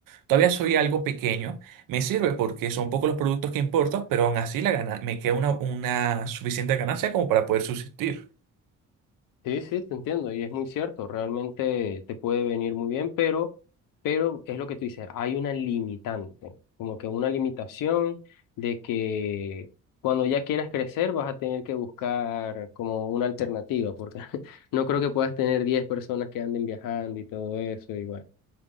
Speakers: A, on the right (about 85°); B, on the left (about 90°).
A: Todavía soy algo pequeño, me sirve porque son pocos los productos que importo, pero aún así la gana, me queda una, una suficiente ganancia como para poder subsistir.
B: Sí, sí, te entiendo y es muy cierto, realmente te puede venir muy bien, pero, pero es lo que tú dices, hay una limitante, como que una limitación de que cuando ya quieras crecer vas a tener que buscar como una alternativa, porque <laughs> no creo que puedas tener 10 personas que anden viajando y todo eso, igual.